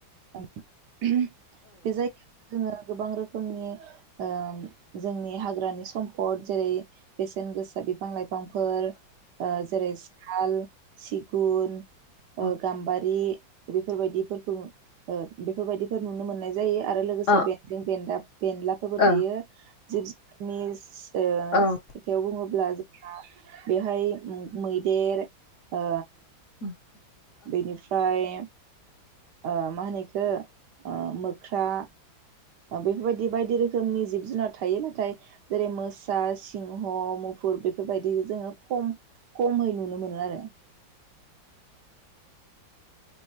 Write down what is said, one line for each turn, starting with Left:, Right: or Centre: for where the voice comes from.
Right: उम बे जायगाया जोङो गोबां रोखोमनि ओ जोंनि हाग्रानि सम्फद जेरै बेसेन गोसा बिफां लाइफांफोर जेरै ओ साल सिगुन
Left: औ
Right: ओ गामबारि बि बेफोर बायदिफोरखौ ओ बेफोर बायदिफोर नुनो मोननाय जायो आरो लोगोसे
Left: औ
Right: बेन्दों बेन्दाब बेनलाफोरबो
Left: ओ
Right: थायो। <unintelligible> ओ
Left: औ
Right: खोथायाव बुङो अब्ला जोंहा बेहाय मैदेर ओ
Left: <inaudible>
Right: बेनिफ्राय ओ मा होनो बेखौ मोख्रा बेफोरबायदि बायदि रोखोमनि जिब जुनार थायो। नाथाय जेरै मोसा सिंह मुफुर बेफोरबायदि जोङो खम खमै नुनो मोनो आरो।